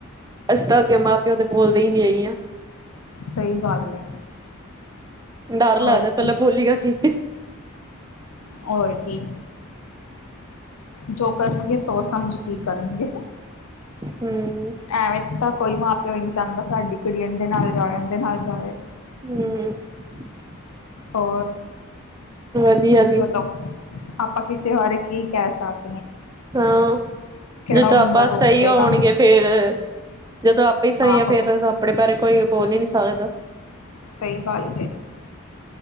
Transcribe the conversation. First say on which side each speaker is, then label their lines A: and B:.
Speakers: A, on the right; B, on the left.
A: ਅਸੀ ਤਾਂ ਅਗੇ ਮਾਂ-ਪਿਓ ਦੇ ਬੋਲਦੇ ਹੀ ਨਹੀਂ ਹੈਗੇ ਆਂ।
B: ਸਹੀ ਗੱਲ ਏ
A: ਡਰ ਲੱਗਦਾ
B: ਹੋਰ
A: ਪਹਿਲਾਂ
B: ਕੀ
A: ਬੋਲੇਗਾ ਕੀ?
B: ਹੋਰ ਕੀ ਜੋ ਕਰਨਗੇ, ਸੋਚ ਸਮਝ ਕੇ ਈ ਕਰਨਗੇ।
A: ਹੂੰ
B: ਐਵੇਂ ਤਾਂ ਕੋਈ ਮਾਂ ਪਿਓ ਈ ਨਹੀਂ ਚਾਹਂਦਾ ਸਾਡੀ ਕੁੜੀ ਇਹਂਦੇ ਨਾਲ ਜਾਏ ਇਹਂਦੇ ਨਾਲ ਜਾਏ।
A: ਹੁੰ।
B: ਹੋਰ?
A: ਵਧੀਆ
B: ਚਲੋ
A: ਜੀ
B: ਆਪਾਂ ਕਿਸੇ ਬਾਰੇ ਕੀ ਕਹਿ ਸਕ
A: ਹਾਂ, ਜਦੋਂ
B: ਉਹ ਬੰਦਾ
A: ਆਪਾਂ
B: ਰੋਕ
A: ਸਹੀ
B: ਜਾਏਗਾ
A: ਹੋਣਗੇ ਫੇਰ ਜਦੋਂ ਆਪੇ ਹੀ ਸਹੀ
B: ਆਹੋ
A: ਆ ਫੇਰ ਆਪਣੇ ਬਾਰੇ ਕੋਈ ਬੋਲ ਹੀ ਨਹੀਂ ਸਕਦਾ।
B: ਸਹੀ ਗੱਲ ਐ,